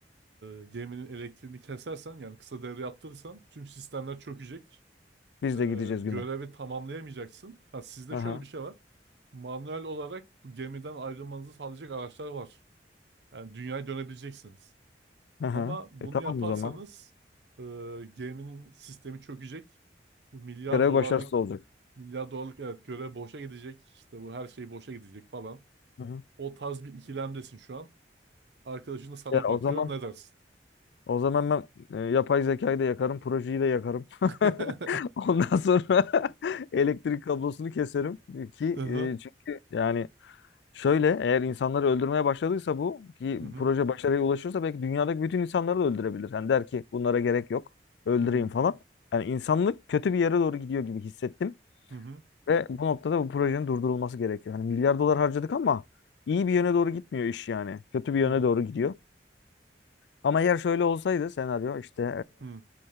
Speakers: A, on the right; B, on the left.
A: e, geminin elektriğini kesersen yani kısa devre yaptırırsan tüm sistemler çökecek.
B: Biz
A: e,
B: de gideceğiz
A: görevi
B: güme.
A: tamamlayamayacaksın. Ha, sizde
B: Aha.
A: şöyle bir şey var. Manuel olarak bu gemiden ayrılmanızı sağlayacak araçlar var. Yani dünyaya dönebileceksiniz.
B: Aha.
A: Ama bunu
B: E tamam
A: yaparsanız
B: o zaman.
A: e, geminin sistemi çökecek. Bu milyar
B: Görev
A: dolarlık
B: başarısız olacak.
A: milyar dolarlık evet görev boşa gidecek. İşte bu her şey boşa gidecek falan.
B: Hı hı.
A: O tarz bir ikilemdesin şu an. Arkadaşın da sana
B: Ya
A: bakıyor.
B: o zaman
A: Ne dersin?
B: o zaman ben e, yapay zekayı da yakarım, projeyi de yakarım. <laughs>
A: <laughs>
B: Ondan sonra <laughs> elektrik kablosunu keserim ki
A: Hı
B: e, çünkü yani Şöyle eğer insanları öldürmeye başladıysa bu ki
A: Hı hı.
B: proje başarıya ulaşırsa belki dünyadaki bütün insanları da öldürebilir. Hani der ki bunlara gerek yok öldüreyim
A: Hı hı.
B: falan. Yani insanlık kötü bir yere doğru gidiyor gibi hissettim.
A: Hı hı.
B: Ve bu noktada bu projenin durdurulması gerekiyor. Hani milyar dolar harcadık ama iyi bir yöne doğru gitmiyor iş yani. Kötü bir yöne
A: Hı hı.
B: doğru gidiyor. Ama eğer şöyle olsaydı senaryo işte
A: Hı